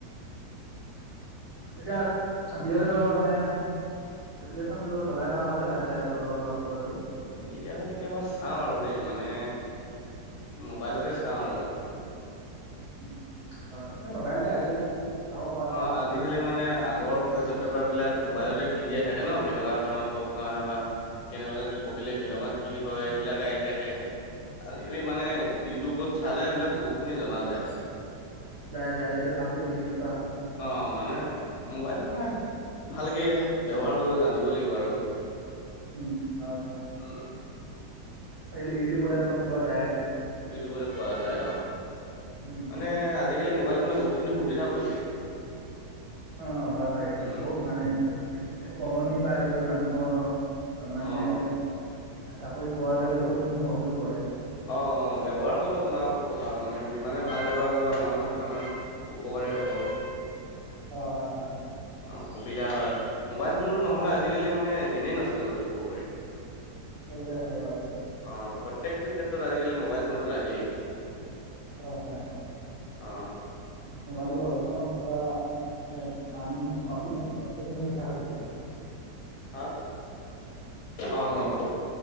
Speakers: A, on the right; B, on the left.
A: এতিয়া দি এল এডৰ মানে প্ৰিপে্চনতো চলাই থকা হৈছে লাহে লাহে অলপ অলপ হলে হ'লেও
B: কেতিয়াবা কেতিয়াবা চাওঁ আৰু দেই মানে মোবাইলতে চাওঁ আৰু
A: উ উ হয় মোবাইলতে আজিকালি চাব পৰা যায়
B: অ আজিকালি
A: বহুত
B: মানে আগৰ কুৱেশ্বন পেপাৰ বিলাক মোবাইলতে দি দিয়া থাকে ন কেনেকুৱা ধৰণৰ প্ৰশ্ন আহে বা কেনেকুৱাকে পঢ়ি কৰিলে কেনেকুৱা কি হয় এইবিলাকে আহি থাকে। আৰু এই মানে ইউটিউবত চালে এইবিলাক বহুতখিনি জনা যায়।
A: যায় যায় যদি ভালকে যদি উছ
B: অ মানে মোবাইলটো মানে ভালকে ব্যৱহাৰ কৰিব জানিব লাগিব আৰু
A: উম হয় হয়
B: উম,
A: আজিকালি ইউটিউবতে চব পোৱা যায়।
B: ইউটিউবতে পোৱা যায় অ
A: উম,
B: মানে আজিকালি মোবাইল মানে বহুতখিনি সুবিধা কৰিছে
A: অ অ হয় হয়
B: উম,
A: বহুত মানে কমনিৰ পৰা আদি কৰি মানুহৰ মানে
B: অ',
A: চাকৰি পোৱালেকে বহুত খিনি সহযোগ কৰে।
B: অ অ ব্যৱহাৰ কৰিব জানা ওপত কথা আৰু মানে যিমানে ভাল ব্যৱহাৰ কৰিব মানুহৰ সিমানে উপকাৰী হ'ব
A: হয় হয় হয় হয়
B: অ', সুবিধা হয় মোবাইল ফোনটো নহ'লে আজিকালি মানে দিনেই নচলে বুলি ক'ব পাৰি।
A: সেই দুটাই হয় বাৰু।
B: অ প্ৰত্যেকটো ক্ষেত্ৰত আজিকালি মোবাইল ফোনটো লাগেই।
A: হয় হয় হয়
B: অ'।
A: মোবাইলটো একদম পুৰা। এ পানী অক্সিজন অক্সিজেন লিখা হৈ গৈছে।
B: হা অ অ